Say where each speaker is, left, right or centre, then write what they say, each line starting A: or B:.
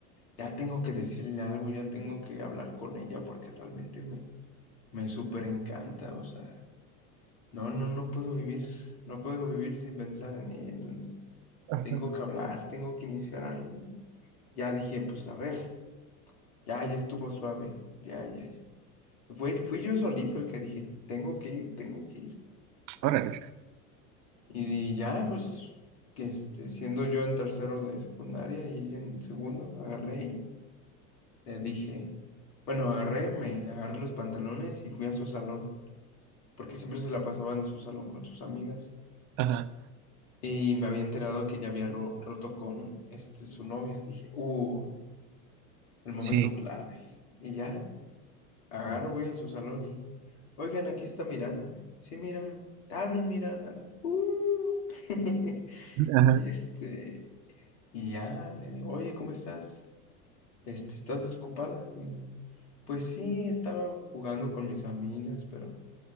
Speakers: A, on the left; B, on the right.
A: Ya tengo que decirle algo, ya tengo que hablar con ella porque realmente me, me súper encanta, o sea, no, no, no puedo vivir, no puedo vivir sin pensar en ella, entonces
B: Ajá.
A: tengo que hablar, tengo que iniciar algo. ¿no? Ya dije, pues a ver, ya, ya estuvo suave, ya, ya, ya. Fui, fui yo solito el que dije, tengo que ir, tengo que ir.
B: Órale.
A: Y ya, pues, que este, siendo yo en tercero de secundaria y ella en segundo, agarré Le dije, bueno, agarré, me agarré los pantalones y fui a su salón, porque siempre se la pasaba en su salón con sus amigas.
B: Ajá.
A: Y me había enterado que ya había ro- roto con este, su novia. Dije, uh, el momento
B: Sí.
A: clave. Y ya, agarro, voy a su salón y, oigan, aquí está Miranda. Sí, mira, te hablan Miranda. Uh. <laughs>
B: Ajá.
A: Y este, y ya, le digo, oye, ¿cómo estás? Este, ¿estás desocupada? Y, pues sí, estaba jugando con mis amigas, pero...